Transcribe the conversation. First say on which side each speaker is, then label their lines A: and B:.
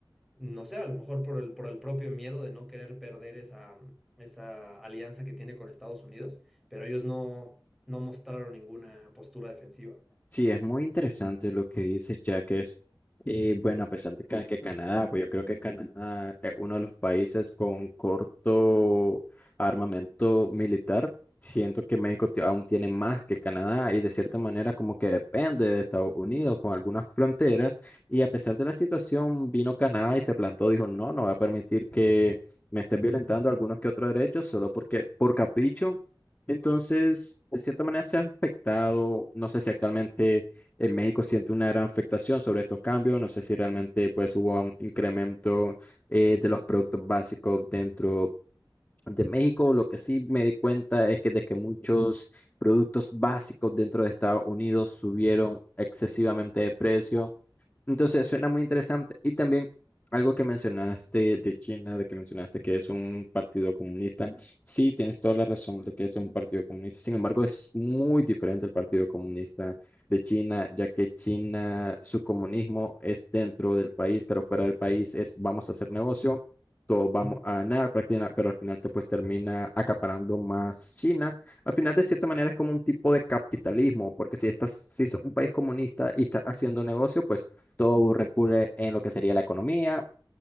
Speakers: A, in the centre; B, on the left.
A: no sé, a lo mejor por el, por el propio miedo de no querer perder esa, esa alianza que tiene con Estados Unidos, pero ellos no, no mostraron ninguna postura defensiva.
B: Sí, es muy interesante lo que dices, ya que es, eh, bueno, a pesar de que, que Canadá, pues yo creo que Canadá es uno de los países con corto armamento militar, siento que México ti- aún tiene más que Canadá y de cierta manera como que depende de Estados Unidos con algunas fronteras y a pesar de la situación vino Canadá y se plantó, dijo, no, no voy a permitir que me estén violentando algunos que otros derechos solo porque por capricho. Entonces, de cierta manera se ha afectado, no sé si actualmente en México siente una gran afectación sobre estos cambios, no sé si realmente pues hubo un incremento eh, de los productos básicos dentro de México. Lo que sí me di cuenta es que de que muchos productos básicos dentro de Estados Unidos subieron excesivamente de precio. Entonces, suena muy interesante. Y también algo que mencionaste de China, de que mencionaste que es un partido comunista. Sí, tienes toda la razón de que es un partido comunista. Sin embargo, es muy diferente el Partido Comunista de China, ya que China, su comunismo es dentro del país, pero fuera del país es vamos a hacer negocio, todos vamos
A: Ujú.
B: a ganar, prácticamente, pero al final te pues termina acaparando más China. Al final, de cierta manera, es como un tipo de capitalismo, porque si estás, si sos un país comunista y estás haciendo negocio, pues todo recurre en lo que sería la economía.